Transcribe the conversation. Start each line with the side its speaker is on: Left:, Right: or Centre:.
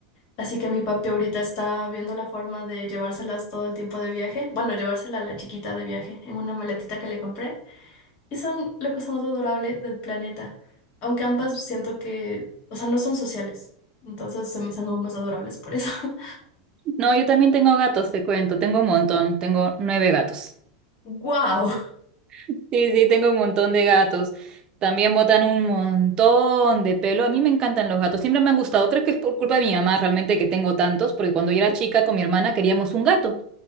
Left: Así que mi papi ahorita está viendo la forma de llevárselas todo el tiempo de viaje. Bueno, llevársela a la chiquita de viaje en una maletita que le compré. Y son la cosa más adorable del planeta. Aunque ambas siento que, o sea, no son sociales. Entonces se me hacen aún más adorables por eso. <laughs>
Right: No, yo también tengo gatos, te cuento, tengo un montón, tengo nueve gatos.
Left: ¡Wow!
Right: Sí, sí, tengo un montón de gatos. También botan un montón de pelo. A mí me encantan los gatos, siempre me han gustado. Creo que es por culpa de mi mamá realmente que tengo tantos, porque cuando yo era chica con mi hermana queríamos un gato.